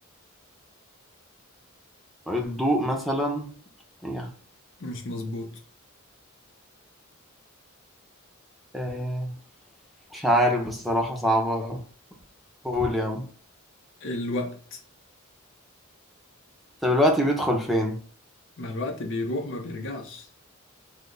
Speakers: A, in the centre; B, on the left.
A: آه، الضوء مثلا إيه.
B: مش مظبوط
A: إيه. مش عارف بصراحة صعبة قول يا عم
B: الوقت
A: طب الوقت بيدخل فين؟
B: ما الوقت بيروح ما بيرجعش